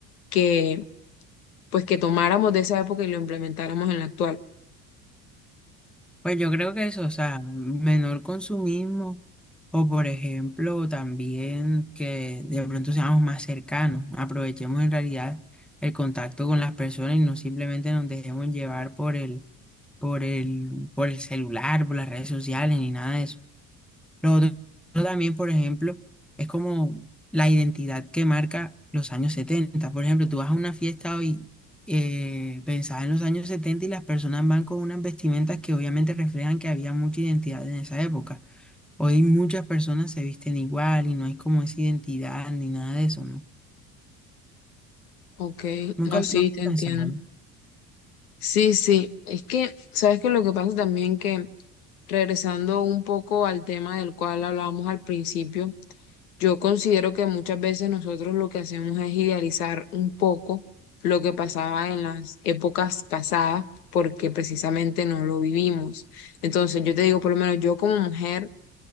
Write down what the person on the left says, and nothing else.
que pues que tomáramos de esa época y lo implementáramos en la actual?
Ok,
no,
sí,
te
entiendo.
Sí, sí, es que, ¿sabes qué? Lo que pasa también que regresando un poco al tema del cual hablábamos al principio, Yo considero que muchas veces nosotros lo que hacemos es idealizar un poco lo que pasaba en las épocas pasadas porque precisamente no lo vivimos. Entonces, yo te digo, por lo menos yo como mujer,